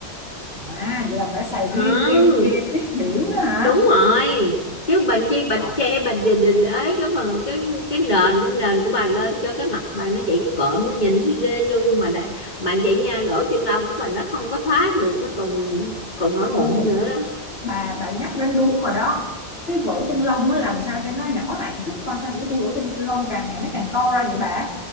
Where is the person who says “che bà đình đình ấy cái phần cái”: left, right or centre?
Left